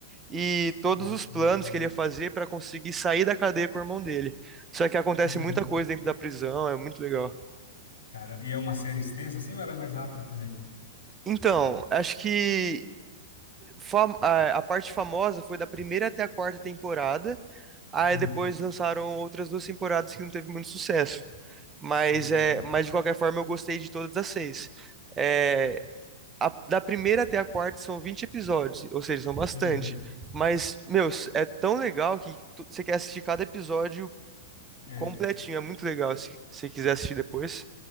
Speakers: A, on the right (about 20°); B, on the left (about 85°).
A: e todos
B: Uhum.
A: os planos que ele ia fazer para conseguir sair da cadeia com o irmão dele. Só que acontece
B: Uhum.
A: muita coisa dentro da prisão, é muito legal.
B: Cara, e é uma série extensa assim ou ela é mais rápida também?
A: Então, acho que fam- a a parte famosa foi da primeira até a quarta temporada. Aí
B: Uhum.
A: depois lançaram outras duas temporadas que não teve muito sucesso. Mas,
B: Sei,
A: é,
B: sei.
A: mas de qualquer forma, eu gostei de todas as seis. É, a- da primeira até a quarta são 20 episódios, ou seja, são bastante.
B: Uhum.
A: Mas, meu, s- é tão legal que tu- você quer assistir cada episódio
B: É.
A: completinho. É muito legal se você quiser assistir depois.